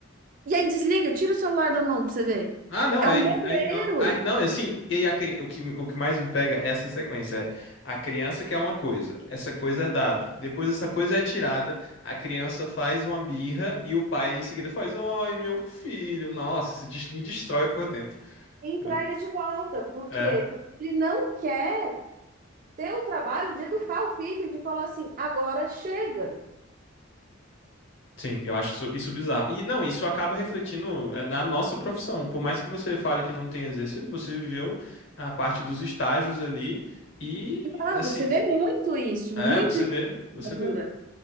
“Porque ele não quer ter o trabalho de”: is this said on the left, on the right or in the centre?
Right